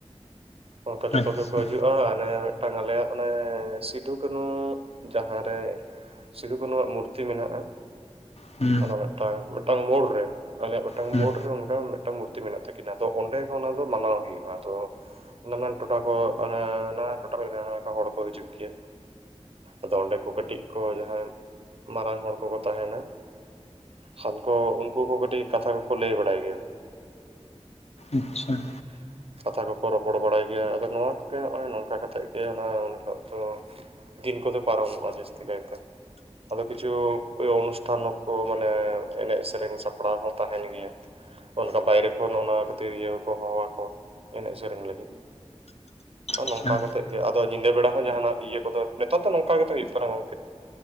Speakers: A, on the right; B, on the left.
A: ᱚᱱᱠᱟ ᱡᱚᱛᱚ
B: ᱟᱪᱪᱷᱟ
A: ᱜᱮᱠᱚ ᱦᱤᱡᱩᱜᱼᱟ ᱚᱱᱮ ᱢᱤᱫᱴᱟᱝ ᱟᱞᱮᱭᱟᱜ ᱚᱱᱮ ᱥᱤᱫᱩ ᱠᱟᱱᱩ ᱡᱟᱦᱟᱸ ᱥᱤᱫᱩ ᱠᱟᱱᱩ ᱟᱜ ᱢᱩᱨᱛᱤ ᱢᱮᱱᱟᱜᱼᱟ
B: ᱦᱩᱸ
A: ᱚᱱᱟ ᱢᱤᱫᱴᱟᱝ ᱢᱤᱫᱴᱟᱝ ᱢᱳᱲ ᱨᱮᱱ ᱟᱞᱮᱭᱟᱜ ᱢᱤᱫᱴᱟᱝ
B: ᱦᱩᱸ
A: ᱢᱳᱲ ᱨᱮ ᱚᱱᱠᱟ ᱢᱤᱫᱟᱝ ᱛᱤ ᱢᱮᱱᱟᱜ ᱛᱟᱹᱠᱤᱱᱟ ᱟᱫᱚ ᱚᱸᱰᱮ ᱜᱮ ᱚᱱᱟ ᱫᱚ ᱢᱟᱱᱟᱣ ᱦᱩᱭᱩᱜᱼᱟ ᱟᱫᱚ ᱱᱟᱱᱟᱱ ᱴᱚᱴᱷᱟ ᱠᱚ ᱢᱟᱱᱮ ᱱᱟᱱᱟᱱ ᱴᱚᱴᱷᱟ ᱱᱟᱱᱟᱠᱟ ᱦᱚᱲ ᱠᱚ ᱦᱤᱡᱩᱜ ᱜᱮᱭᱟ ᱟᱫᱚ ᱚᱸᱰᱮ ᱠᱚ ᱠᱟᱹᱴᱤᱡ ᱠᱚ ᱡᱟᱦᱟᱸᱭ ᱢᱟᱨᱟᱝ ᱦᱚᱲ ᱠᱚᱠᱚ ᱛᱟᱦᱮᱸᱱᱟ ᱦᱟᱞᱠᱚ ᱩᱱᱠᱩ ᱠᱚ ᱠᱟᱹᱴᱤᱡ ᱠᱟᱛᱷᱟ ᱠᱚᱠᱚ ᱞᱟᱹᱭ ᱵᱟᱲᱟᱭ ᱜᱮᱭᱟ
B: ᱟᱪᱪᱷᱟ
A: <unintelligible> ᱠᱟᱛᱷᱟ ᱠᱚᱠᱚ ᱨᱚᱯᱚᱲ ᱵᱟᱲᱟᱭ ᱜᱮᱭᱟ ᱟᱫᱚ ᱱᱚᱣᱟ ᱠᱚᱜᱮ ᱱᱚᱜᱼᱚᱭ ᱱᱚᱝᱠᱟ ᱠᱟᱛᱮᱜ ᱜᱮ ᱚᱱᱟ ᱩᱱ ᱦᱤᱞᱳᱜ ᱫᱚ ᱫᱤᱱ ᱠᱚᱫᱚ ᱯᱨᱚᱢᱚᱜ-ᱟ ᱡᱟᱹᱥᱛᱤ ᱠᱟᱭᱛᱮ ᱟᱫᱚ ᱠᱤᱪᱷᱩ ᱳᱭ ᱚᱱᱩᱥᱴᱷᱟᱱ ᱠᱚ ᱢᱟᱱᱮ ᱮᱱᱮᱡ ᱥᱮᱨᱮᱧ ᱥᱟᱯᱲᱟᱣ ᱦᱚᱸ ᱛᱟᱦᱮᱱ ᱜᱮᱭᱟ ᱚᱱᱠᱟ ᱵᱟᱭᱨᱮ ᱠᱷᱚᱱ ᱚᱱᱟ ᱠᱷᱟᱹᱛᱤᱨ ᱤᱭᱟᱹ ᱠᱚ ᱦᱚᱦᱚ ᱟᱠᱚᱣᱟ ᱮᱱᱮᱢ ᱥᱮᱨᱮᱧ ᱞᱟᱹᱜᱤᱫ ᱱᱚᱝᱠᱟ
B: ᱟᱪᱪᱷᱟ
A: ᱠᱟᱛᱮ ᱜᱮ ᱟᱫᱚ ᱧᱤᱫᱟᱹ ᱵᱮᱲᱟ ᱦᱚᱸ ᱡᱟᱦᱟᱱᱟᱜ ᱤᱭᱟᱹ ᱠᱚᱫᱚ ᱱᱤᱛᱟᱨᱜ ᱫᱚ ᱱᱚᱝᱠᱟ ᱜᱮᱛᱚ ᱦᱩᱭᱩᱜ ᱠᱟᱱᱟ <unintelligible>